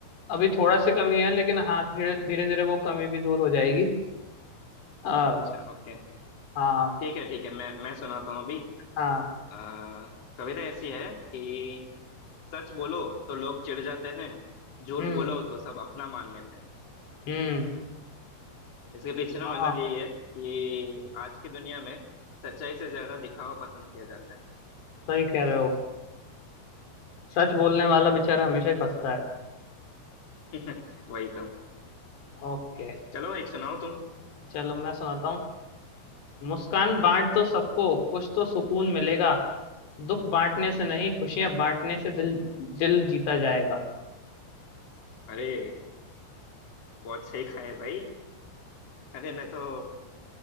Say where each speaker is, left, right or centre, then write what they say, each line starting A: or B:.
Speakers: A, on the left (about 75°); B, on the left (about 40°).
A: अभी थोड़ा सी कमी है लेकिन हाँ धीरे धीरे धीरे वो कमी भी दूर हो जाएगी आ,
B: अच्छा ओके
A: हाँ
B: ठीक है ठीक है मैं मैं सुनाता हूँ अभी
A: हाँ
B: आ, कविता ऐसी है कि सच बोलो तो लोग चिढ़ जाते हैं झूठ
A: हम्म
B: बोलो तो सब अपना मान लेते हैं
A: हम्म
B: इसके पीछे ना
A: हाँ
B: मतलब यही है कि आज की दुनिया में सच्चाई से ज्यादा दिखावा पसंद किया जाता है
A: सही कह रहे हो सच बोलने वाला
B: हम्म
A: बेचारा हमेशा ही फंसता है
B: <laughs> वही तो
A: ओके
B: चलो एक सुनाओ तुम
A: चलो मैं सुनाता हूँ मुस्कान बांट दो सबको कुछ तो सुकून मिलेगा दुख बांटने से नहीं खुशियां बांटने से दिल दिल जीता जाएगा
B: अरे बहुत सही खाए भाई अरे मैं तो